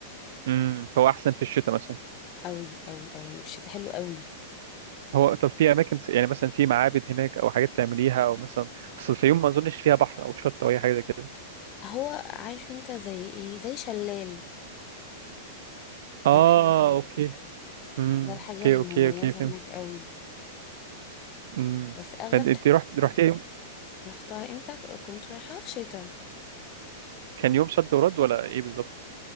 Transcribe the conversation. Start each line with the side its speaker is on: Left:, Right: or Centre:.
Right: امم فهو احسن في الشتاء مثلا
Left: قوي قوي قوي يعني في الشتاء حلو قوي
Right: هو طب في اماكن س- يعني مثلا في معابد هناك او حاجات تعمليها او مثلا اصل الفيوم ما اظنش فيها بحر او شط او اي حاجه زي كده
Left: هو عارف انت زي ايه زي شلال ده
Right: اه
Left: الحاجة
Right: اوكي امم
Left: ده الحاجة
Right: اوكي
Left: المميزة
Right: اوكي اوكي فهمت
Left: هناك قوي
Right: امم
Left: بس اغلب
Right: فانت
Left: الح-
Right: انت رحت رحت يوم
Left: رحتها امتى كنت رايحة في شتاء
Right: كان يوم صد ورد ولا ايه بالظبط